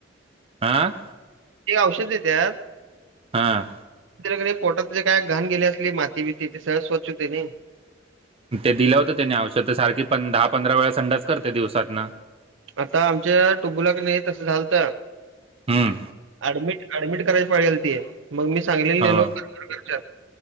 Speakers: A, on the right; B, on the right.
A: हां?
B: ते औषध देत्यात.
A: हां.
B: तेच्यानी क नाय पोटात जे काय घाण गेली असली, माती बीती ते सगळं स्वच्छ हुतय नई.
A: ते दिलं होतं त्यांनी औषध सारखी पण दहा-पंधरा वेळा संडास करते दिवसातनं.
B: आता आमच्या टुबुला क नाही तसं झालंत
A: हम्म
B: ऍडमिट ऍडमिट करायची पाळी आलती, मग मी सांगलीला नेलो
A: हो
B: तरवडकरच्यात.